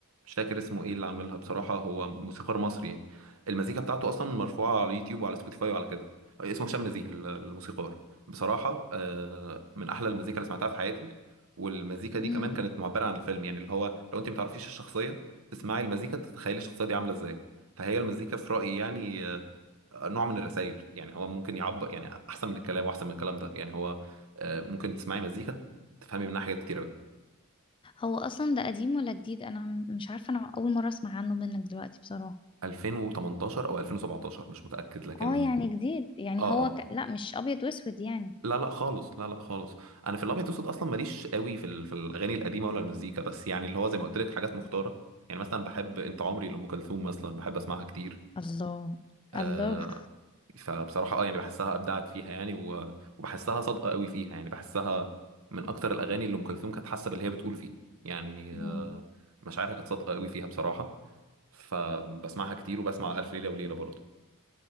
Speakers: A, on the right; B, on the left.
A: مش فاكر اسمه ايه اللي عاملها بصراحة هو موسيقار مصري يعني المزيكا بتاعته اصلا مرفوعة على يوتيوب وعلى سبوتيفاي وعلى كده آه، اسمه هشام نزيه ال- الموسيقار بصراحة آه من احلى المزيكا اللي سمعتها في حياتي والمزيكا دي
B: مم.
A: كمان كانت معبرة عن الفيلم يعني اللي هو لو انت متعرفيش الشخصية تسمعي المزيكا تتخيلي الشخصية دي عاملة ازاي فهي المزيكا في رأيي يعني آه، نوع من الرسائل يعني هو ممكن يعبر يعني احسن من الكلام واحسن من الكلام ده يعني هو آه، ممكن تسمعي مزيكا تفهمي منها حاجات كتير قوي
B: هو اصلا ده قديم ولا جديد انا عم- مش عارفه انا اول مره اسمع عنه منك دلوقتي بصراحه
A: 2018 او 2017 مش متاكد لكن
B: اه يعني جديد يعني
A: اه
B: هو
A: اه
B: ك... لا مش ابيض واسود يعني
A: لا لا خالص لا لا خالص انا في الابيض والاسود اصلا ماليش قوي في ال- في الاغاني القديمه ولا المزيكا بس يعني اللي هو زي ما قلت لك حاجات مختاره يعني مثلا بحب انت عمري لام كلثوم مثلا بحب اسمعها كتير
B: الله
A: آه،
B: الله
A: فبصراحة اه يعني بحسها ابدعت فيها يعني و- وبحسها صادقة قوي فيها يعني بحسها من اكتر الاغاني اللي ام كلثوم كانت حاسة باللي هي بتقول فيه يعني
B: مم.
A: آه، مشاعرها كانت صادقة قوي فيها بصراحة فبسمعها كتير وبسمع ألف ليلة وليلة برضه